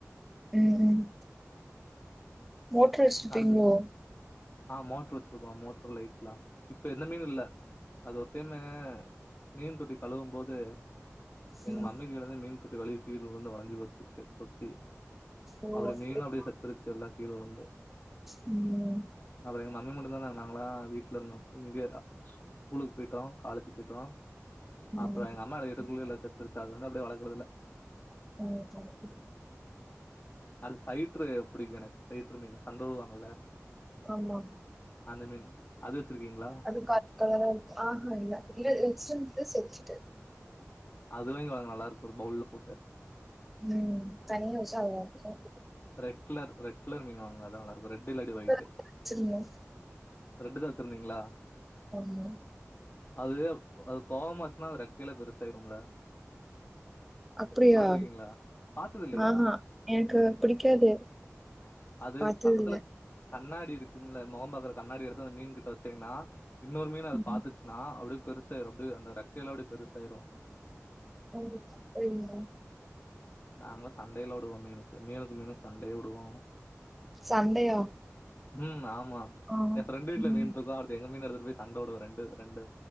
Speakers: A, in the centre; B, on the left (about 35°).
A: ம் ம் மோட்ரு வச்சுப்பீங்களோ
B: அடுத்து ஆ மோட்ரு வச்சிருக்கோ மோட்ரு லைட்லா இப்ப எந்த மீனு இல்ல அது ஒரு டைமு மீன் தொட்டி கழுவும் போது எங்க
A: ம்
B: மம்மி கைல இருந்து மீன் தொட்டி வழி கீழ உலுந்து ஒடஞ்சு போச்சு இப்ப தொட்டி
A: ஓ
B: அப்பற
A: அப்படியா
B: மீனு அப்டியே செத்துருச்சு எல்லா கீழ உழுந்து
A: ம்
B: அப்ப எங்க மம்மி மட்டுதா தாங்க நாங்களா வீட்ல இருந்தோ இங்க ஸ்கூலுக்கு போய்ட்டோ காலேஜு போய்ட்டோ
A: ம்
B: அப்பறோ எங்க அம்மா வீட்டுக்குள்ளே இல்ல செத்துருச்சுது வந்து அப்டே வளக்கறது இல்ல
A: <unintelligible>
B: அது ஃபைட்ரு புடிக்கு எனக்கு பைட்ரு மீனு சண்ட வுடுவாங்கல
A: ஆமா
B: அந்த மீன் அது வச்சிருக்கீங்களா
A: ஏதோ கருப்பு கலர்ல ஆ ஹா இல்ல இரு இன்சன்ட்டு சச்சுட்டு
B: அது வாங்கி வளக்கலா நல்ல இருக்கும் ஒரு பவுல்ல போட்டு
A: ம் தண்ணில வச்சா <unintelligible>
B: ரெட் கலர் ரெட் கலர் மீன் வாங்குனாத நல்லா இருக்கு ரெட் இல்லாடி
A: இப்ப
B: ஒயிட்
A: வச்சிருந்தேன்
B: ரெட்டு தா வச்சிருந்தீங்களா
A: ஆமா
B: அது அது கோவமாச்சுன்னா அது ரெக்கைல பெருசாயிரும்ல
A: அப்டியா
B: பாத்துருக்கீங்களா? பாத்தது இல்லையா?
A: ஆ ஹா எனக்கு அப்டி கேது
B: அது
A: பாத்ததுல்ல
B: பக்கத்துல கண்ணாடி இருக்கும்ல முகம் பாக்குற கண்ணாடி எடுத்து அந்த மீன் கிட்ட வச்சீங்கன்னா இன்னொரு மீன் அத
A: ம்
B: பாத்துட்டு நா அப்டியே பெருசாயிடும் அப்டி அந்த ரெக்கைல அப்டி பெருசாயிடும்
A: ம் சரிங்க
B: நாங்க சண்டேல்ல விடுவோ மீனுக்கு மீனுக்கு மீனுக்கு சண்டே விடுவோ
A: சண்டையா
B: ம் ஆமா
A: ஆ
B: எ ஃப்ரெண்ட் வீட்டுல
A: ம்
B: மீன் இருக்கு எங்க மீன் எடுத்துட்டு போய் சண்டை விடுவே ரெண்டு ரெண்டு